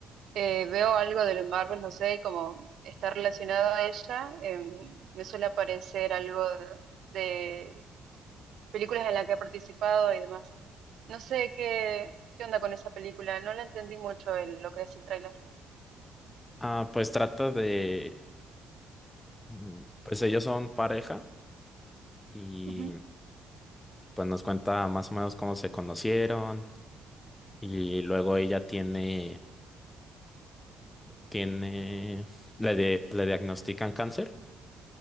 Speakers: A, on the right; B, on the left.
A: eh, veo algo de los Marvel, no sé, y como está relacionado a ella, em, me suele aparecer algo de, de películas en las que ha participado y demás. No sé qué, qué onda con esa película, no la entendí mucho el- lo que es el tráiler.
B: Ah, pues trata de, mm, pues ellos son pareja y
A: Ujú.
B: pues nos cuenta más o menos cómo se conocieron y luego ella tiene, tiene, le, de- le diagnostican cáncer,